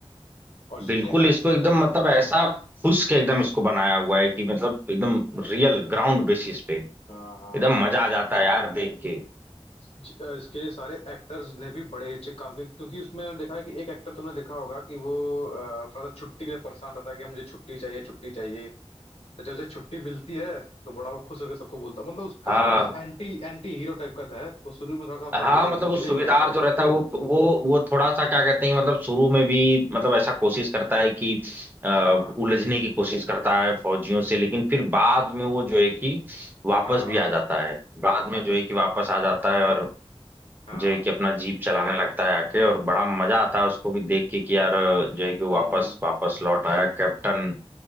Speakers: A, on the left; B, on the right.
A: और जितने
B: बिल्कुल
A: एक्टर
B: इसको एकदम
A: हैं
B: मतलब ऐसा फुस के एकदम
A: हम्म
B: इसको बनाया हुआ है कि मतलब एकदम
A: हम्म
B: रियल ग्राउंड बेसिस पे
A: हाँ
B: एकदम
A: हाँ और
B: मजा आ जाता है यार देख के
A: ज, अ, इसके लिए सारे एक्टर्स ने भी बड़े ही अच्छे काम किए क्योंकि उसमें मैंने देखा है कि एक एक्टर तुमने देखा होगा कि वो अ, थोड़ा सा छुट्टी के लिए परेशान रहता है कि मुझे छुट्टी चाहिए छुट्टी चाहिए तो जब उसे छुट्टी मिलती है तो बड़ा वो खुश होकर सबको बोलता है मतलब उसका
B: हाँ
A: थोड़ा सा एंटी एंटी हीरो टाइप का है तो शुरू में थोड़ा सा मतलब
B: हाँ
A: विलेन
B: मतलब वो
A: विलेन
B: सूबेदार
A: टाइप का
B: जो रहता है वो वो वो थोड़ा सा क्या कहते हैं मतलब शुरू में भी मतलब ऐसा कोशिश करता है कि अ,
A: हाँ
B: उलझने की कोशिश करता है फौजियों से लेकिन फिर बाद में वो जो है कि वापस
A: हाँ
B: भी आ जाता है बाद में जो
A: तो
B: है कि वापस आ जाता है और
A: हाँ
B: जो है कि अपना जीप चलाने लगता है आके और बड़ा मजा आता है उसको भी देख के कि यार जो है कि वो
A: हम्म
B: वापस वापस लौट आया कैप्टन